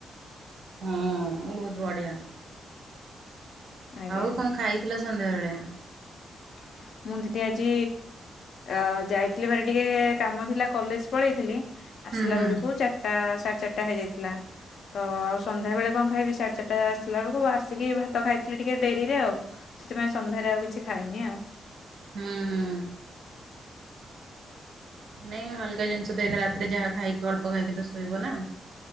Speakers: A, on the right; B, on the left.
A: ହଁ, ବହୁତ ବଢିଆ।
B: ଆଜ୍ଞା।
A: ଆଉ କ'ଣ ଖାଇଥିଲ ସନ୍ଧ୍ୟାବେଳେ?
B: ଆ ମୁଁ ଦିଦି ଆଜି ଅ ଯାଇଥିଲି ଭାରି ଟିକେ କାମ ଥିଲା କଲେଜ୍ ପଳେଇଥିଲି। ଆସିଲା
A: ହୁଁ ହୁଁ
B: ବେଳୁକୁ ଚାରଟା ସାଢ଼େ ଚାରଟା ହେଇଯାଇଥିଲା। ତ ଆଉ ସନ୍ଧ୍ୟା ବେଳେ କଁ ଖାଇବି ସାଢ଼େ ଚାରଟା ଆସିଲା ଅଳୁକୁ ଆସିକି ଭାତ ଖାଇଥିଲି ଟିକେ ଡେରିରେ ଆଉ। ସେଥିପାଇଁ ସନ୍ଧ୍ୟାରେ ଆଉ କିଛି ଖାଇନି ଆଉ।
A: ହୁଁ ହୁଁ। ନାଇଁ ହାଲକା ଜିନିଷ ତ ଏଇନା ରାତିରେ ଯାହା ଖାଇକି ଅଳ୍ପ ଖାଇକି ତ ଶୋଇବ ନାଁ।